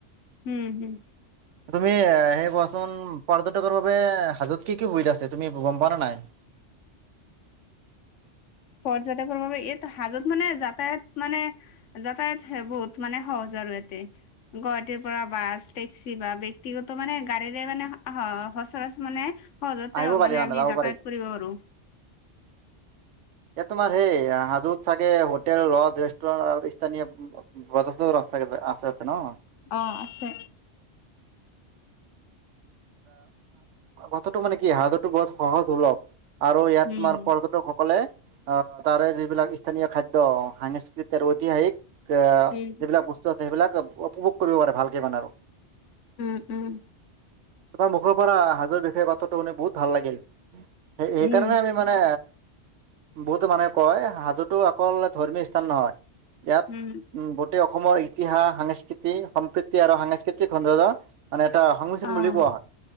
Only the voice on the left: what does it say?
হম', হম',
পৰ্যটকৰ বাবে, এই হাজত, মানে, যাতায়াত, মানে যাতায়াত বহুত, মানে, সহজ, আৰু ইয়াতে গুৱাহাটীৰ পৰা বাছ, টেক্সি বা ব্যক্তিগত, মানে, গাড়ীৰে, মানে, সচৰাচৰ, মানে অ', যাতে,
মানে, আমি
যাতায়াত
কৰিব, আৰু
অ', আছে।
উম।
উম,
উম', উম,
উম,
হম',
অ',